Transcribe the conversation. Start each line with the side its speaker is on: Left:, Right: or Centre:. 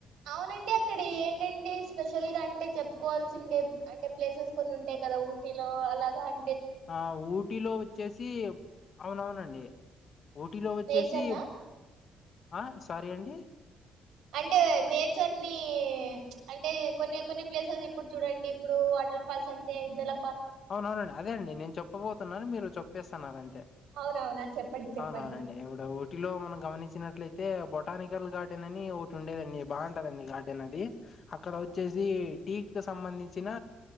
Right: అవునండి అక్కడ ఏంటండి స్పెషల్ గా అంటే చెప్పుకోవాల్సిండే అంటే ప్లేసెస్ కొన్ని ఉంటాయి కదా ఊటీలో అలాగా అ
Left: ఆ ఊటీలో వచ్చేసి అవునవునండి ఊటీలో వచ్చేసి
Right: నేచర్ నా
Left: ఆ సారీ అండి
Right: అంటే నేచర్ ని అంటే కొన్ని కొన్ని ప్లేసెస్ ఇప్పుడు చూడండి ఇప్పుడు వాటర్ ఫల్స్ అంటే జల
Left: అవునవునండి అదే అండి నేను చెప్పబోతున్నాను మీరు చెప్ప పేసన్నారంత
Right: అవునవునా చెప్పండి చెప్పండి
Left: అవునవునండి ఇప్పుడ టిలో మనం గమనించినట్లయితే అయితే బొటానికల్ గార్డెన్ అని ఒకటి ఉండేదండి బాగుంటదండి గార్డెన్ అది అక్కడ
Right: అవునండి
Left: వచ్చేసి టీ సంబంధించి ఇచ్చిన